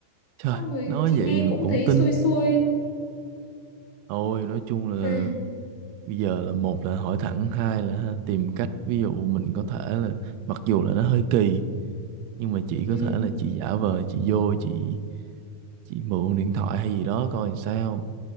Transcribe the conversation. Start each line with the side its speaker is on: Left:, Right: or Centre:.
Right: trời
Left: Xong rồi
Right: nói
Left: chị nghe
Right: vậy mà
Left: cũng
Right: cũng
Left: thấy
Right: tin
Left: xuôi xuôi.
Right: thôi nói chung là
Left: À,
Right: bây giờ là một là hỏi thẳng hai là ha, tìm cách ví dụ mình có thể là mặc dù là nó hơi kỳ nhưng mà chị
Left: ừ,
Right: có thể là chị giả vờ chị vô chị chị mượn điện thoại hay gì đó coi làm sao